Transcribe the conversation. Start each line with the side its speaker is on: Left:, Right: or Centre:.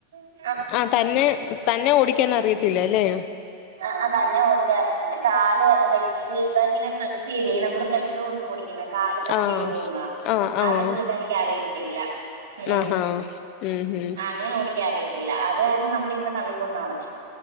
Right: ആഹ്
Left: ആഹ് തന്നെ തന്നെ ഓടിക്കാൻ അറിയത്തില്ല ല്ലേ
Right: അആഹ് തന്നെ ഓടിക്കാറീകാല് വെക് പക്ഷ ഇതങ്ങനെ പ്രസ്സെയ്തെ നമ്മള് പ്രഷറ് കൊട്ത്ത് ഓടിക്കണ കാല് പ്രസ്സ്ചെയ്ത്
Left: ആഹ്
Right: പോവുന്ന
Left: ആഹ് ആഹ്
Right: അത് പുള്ളിക്കാരിക്ക് അറിയത്തില്ല ഉം
Left: ആഹാ ഉം ഉം
Right: ആഹ് അങ്ങനെ ഓടിക്കാ അറിയത്തില്ല അത് കാരണം നമ്മളിങ്ങനെ തള്ളിക്കൊണ്ടാണ്